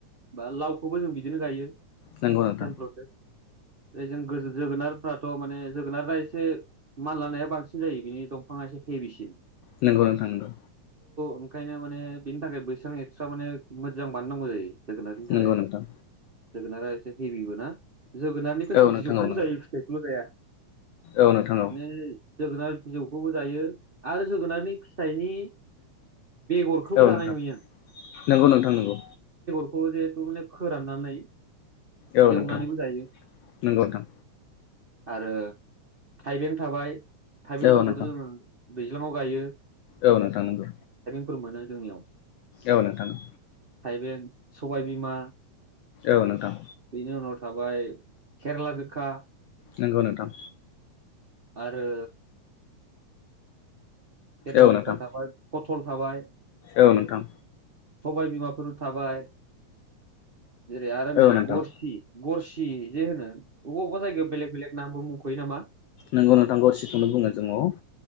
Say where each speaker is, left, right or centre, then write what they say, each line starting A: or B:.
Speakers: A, on the right (about 35°); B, on the left (about 80°).
A: बा लावखौबो जों बिदिनो गायो
B: नांगौ नोंथां।
A: सेम प्रसेस जों गो जोगोनारफ्राथ' माने जोगोनारा एसे मान लानाया बांसिन जायो बिनि दंफां खायसे फे बिसिन
B: नोंगौ नोंथां नोंगौ।
A: ओंखायनो माने बिनि थाखाय बैसबां एक्सट्रा माने मोजां बानायनांगौ जायो जोगोनारनि थाखाय
B: नंगौ नोंथां
A: जोगोनारा एसे हेभिबो ना जोगोनारनिखौ
B: औ
A: जों
B: नोंथां
A: बिजौखौबो
B: औ नंगौ
A: जायो फिथाइखौल' जाया
B: औ नोंथां
A: बेै जोगोनार बिजौखौबो जायो आरो जोगोनारनि फिसाइनि बेगरखौबो
B: औ औ
A: दानाय
B: नोंथां
A: नुयो आं
B: नंगौ नोंथां नंगौ
A: जहेथु माने फोराननानै
B: औ
A: एवनानैबो
B: नोंथां
A: जायो
B: नंगौ नोंथां
A: आरो थाइबें थाबाय थाइबेंफोरखौथ'
B: औ नोंथां
A: जोङो दैज्लामाव गायो
B: औ नों थांथौ
A: फोर मोनो जोंनियाव
B: एव न थानो
A: थाइबें सबायबिमा
B: औ नोंथां
A: बेनि उनाव थाबाय केरेला गोखा
B: नंगौ नोंथां
A: आरो खेथला
B: औ
A: गोखा
B: नोंथां
A: थाबाय पथल थाबाय
B: औ नोंथां
A: सबाय बिमाफोर थाबाय जेरै आरो नै
B: औ नोंथां
A: गरसि
B: औ नोंथां
A: गरसि जे होनो बबेबा अबेबा जायगायाव बेलेग बेलेग नामबो मुंख'यो नामा
B: नोंगौ नोंथांखौ सिखौनो बुङो जोंङो